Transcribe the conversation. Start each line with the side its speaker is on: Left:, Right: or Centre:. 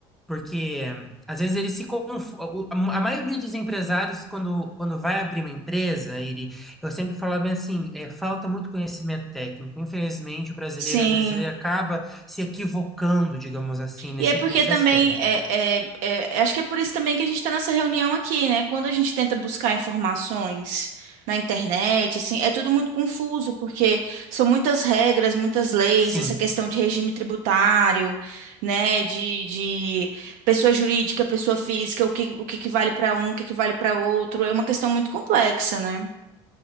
Centre: Porque às vezes eles se confundem. A maioria dos empresários, quando, quando vai abrir uma empresa, ele, eu sempre falava assim, é, falta muito conhecimento técnico. Infelizmente, o brasileiro,
Right: Sim.
Centre: às vezes, ele acaba se equivocando, digamos assim, nesse,
Right: E é porque
Centre: nesse
Right: também,
Centre: aspecto.
Right: é, é- é- é, acho que é por isso também que a gente está nessa reunião aqui, né? Quando a gente tenta buscar informações na internet, assim, é tudo muito confuso, porque são muitas regras, muitas leis,
Centre: Sim.
Right: essa questão de regime tributário, né? De, de pessoa jurídica, pessoa física, o que, o que que vale para um, o que que vale para outro. É uma questão muito complexa, né?